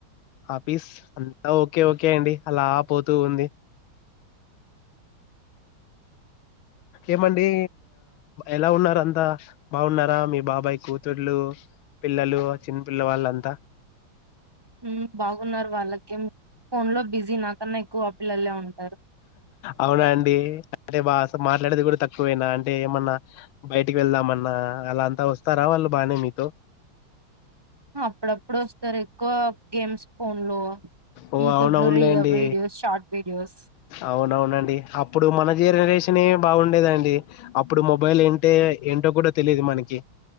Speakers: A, on the left; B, on the right.
A: ఆఫీస్ అంతా ఓకే ఓకే అండి అలా పోతూ ఉంది ఏమండి ఎలా ఉన్నారంతా బాగున్నారా మీ బాబాయ్ కూతుళ్లు పిల్లలు చిన్నపిల్ల వాళ్ళంతా
B: ఉ బాగున్నారు వాళ్ళకేం ఫోన్ లో బిజీ కన్నా ఎక్కువ పిల్లలే ఉంటాయి
A: అవునా అండి అంటే బా అసలు మాట్లాడేది కూడా తక్కువేనా అంటే ఏమన్నా బయటికి వెళ్దామన్నా అలా అంతా వస్తారా వాళ్ళు బానే మీతో
B: ప్పుడు ఎప్పుడొస్తారు ఎక్కువ గేమ్స్ ఫోన్ లో
A: ఓ
B: యూట్యూబ్
A: అవునవునులేండి
B: లో వీడియోస్ షార్ట్ వీడియోస్
A: అవునవునండి అప్పుడు మన జనరేషన్ ఏ బాగుండేదండి అప్పుడు మొబైల్ ఏంటే ఏంటో కూడా తెలియదు మనకి